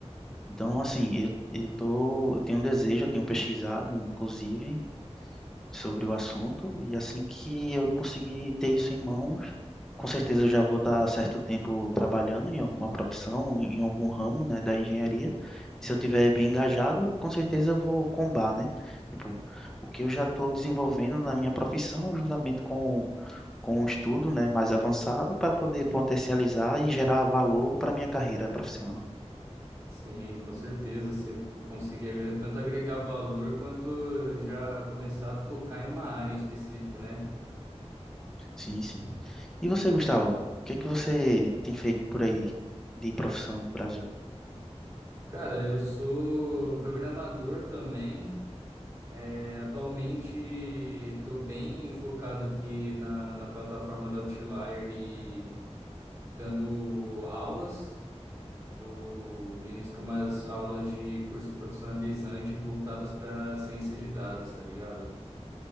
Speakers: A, in the centre; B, on the right (about 25°).
A: Então, assim, eu, eu tô, eu tenho um desejo, eu tenho pesquisado, inclusive, sobre o assunto, e assim que eu conseguir ter isso em mãos, com certeza eu já vou estar há certo tempo trabalhando em alguma profissão, em algum ramo, né, da engenharia, e se eu tiver bem engajado, com certeza eu vou combar, né? Tipo, o que eu já estou desenvolvendo na minha profissão, juntamente com, com um estudo, né, mais avançado, para poder potencializar e gerar valor para minha carreira profissional.
B: Sim, com certeza. Você conseguir agre- tanto agregar valor quanto já começar a focar em uma área em específico, né?
A: Sim, sim. E você, Gustavo, o que é que você tem feito por aí de profissão no Brasil?
B: Cara, eu sou programador também. É, atualmente estou bem focado aqui na, na plataforma da Outlier e dando aulas. Eu ministro umas aulas de curso profissionalizante voltadas para ciência de dados, tá ligado?